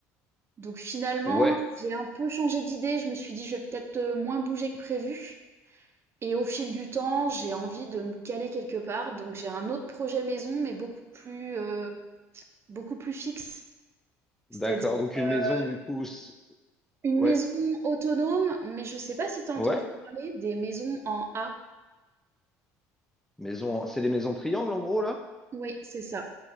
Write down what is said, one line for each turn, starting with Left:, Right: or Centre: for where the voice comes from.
Right: Donc finalement,
Centre: ouais,
Right: j'ai un peu changé d'idée, je me suis dit: «Je vais peut-être, heu, moins bouger que prévu» et au fil du temps, j'ai envie de me caler quelque part. Donc j'ai un autre projet maison mais beaucoup plus, heu, beaucoup plus fixe.
Centre: d'accord.
Right: C'est-à-dire,
Centre: Donc une maison,
Right: euh,
Centre: du coup, c'est-
Right: Une
Centre: ouais,
Right: maison autonome, mais je sais pas si t'as
Centre: ouais.
Right: entendu parler des maisons en A.
Centre: Maison, c'est les maisons triangles en gros, là?
Right: Oui, c'est ça.